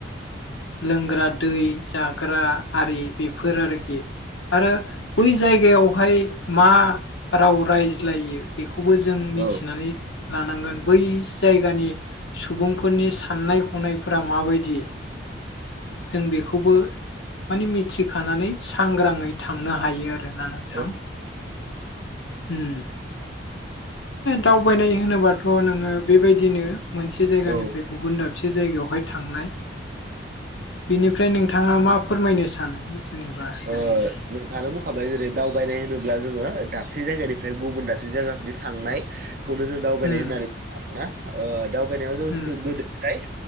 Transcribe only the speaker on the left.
लोंग्रा दै जाग्रा आरि बेफोर आरोखि आरो बै जायगायावहाय मा राव रायज्लायो बेखौबो जों
मिथिनानै लानांगोन बै जायगानि सुबुंफोरनि साननाय हनायफोरा माबायदि? जों बेखौबो माने मिथिखानानै सांग्राङै थांनो हायो आरो <unintelligible>
थां उम दावबायनाय होनोबाथ' नोङो बेबायदिनो मोनसे जायगानिफ्राय
गुबुन दाबसे जायगायावहाय थांनाय बिनिफ्राय नोंथाङा मा फोरमायनो सानो जेनेबा
ओरैनो
उम
उम